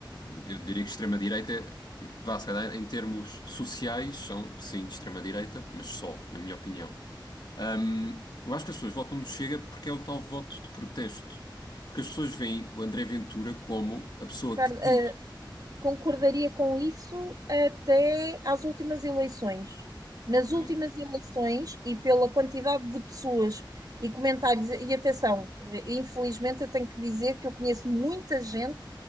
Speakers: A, on the left; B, on the right.
A: Eu diria que extrema-direita, é- vá, se calhar, em termos sociais, são sim de extrema-direita, mas só, na minha opinião. Hum, eu acho que as pessoas votam no Chega porque é o tal voto de protesto. Porque as pessoas veem o André Ventura como a pessoa
B: Ricardo,
A: que diz.
B: ah, concordaria com isso até às últimas eleições. Nas
A: Ok.
B: últimas eleições, e pela quantidade de pessoas e comentários, e atenção, infelizmente eu tenho que dizer que eu conheço muita gente